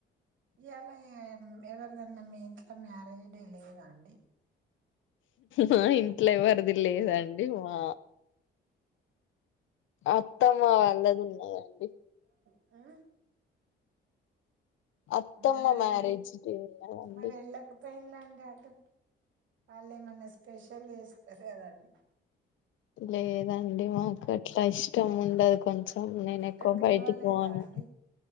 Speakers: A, on the right; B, on the left.
A: ఇలా ఎవరిదనా మీ ఇంట్లో మ్యారేజ్ డే లేద అండి
B: మా ఇంట్లో వరిది లేదండి మా అత్తమ్మ వాళ్ళది ఉన్నదండి
A: ఆ
B: అత్తమ్మ
A: అన్నరే
B: మ్యారేజ్ డే ఉన్నదండి
A: మర ఎళక పనలా ట వాళ్ళు ఏమన్నా స్పెషల్ చేస్తారు కదండి
B: లేదండి మాకు అట్లా ఇష్టం ఉండదు కొంచెం అన్నన
A: అంటే
B: ఎకు
A: పిలవలేదా
B: బయటి పోవను
A: అండి